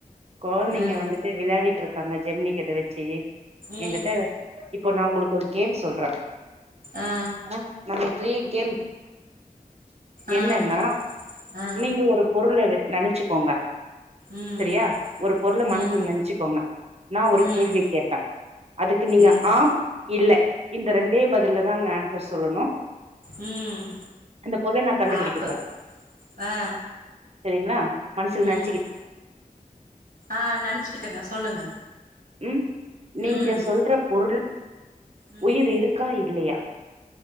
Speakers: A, on the right (about 45°); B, on the right (about 75°).
A: குழந்தைங்க
B: ம்
A: வந்துட்டு விளையாடிட்டு இருக்காங்க ஜெம்னி கேம் இது வெச்சு
B: ம்
A: என்கிட்ட இப்போ நா உங்களுக்கு ஒரு கேம் சொல்ற
B: ஆ
A: ஆஹ் நம்ம த்ரீ கேம்
B: ஆ
A: என்னன்னா
B: ஆ
A: நீங்க ஒரு பொருள நெனச்சு கோங்க
B: ம்
A: சரியா ஒரு பொருள
B: ம்
A: மனசுல நெனைச்சுக்கோங்க நா ஒரு
B: ம்
A: கேள்வி கேப்ப அதுக்கு நீங்க
B: ம்
A: ஆம் இல்ல இந்த ரெண்டே பதில தான்ங்க ஆன்சர் சொல்லணு
B: ம்
A: அந்த பொருள நா கண்டுபிடிக்க
B: ஆப்பு
A: போற
B: ஆ
A: சரிங்ளா மனசில நென
B: உம் ஆஹ் நெனச்சுக்கிட்டங்க சொல்லுங்க
A: உம் நீங்க
B: ம்
A: சொல்ற பொருள்
B: ம்
A: உயிர் இருக்கா இ இல்லையா